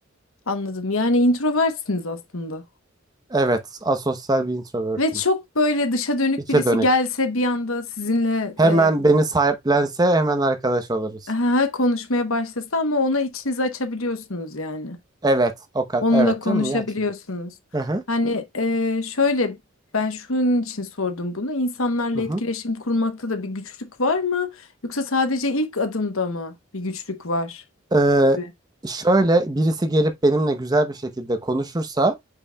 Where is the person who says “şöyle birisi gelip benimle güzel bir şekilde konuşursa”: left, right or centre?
Right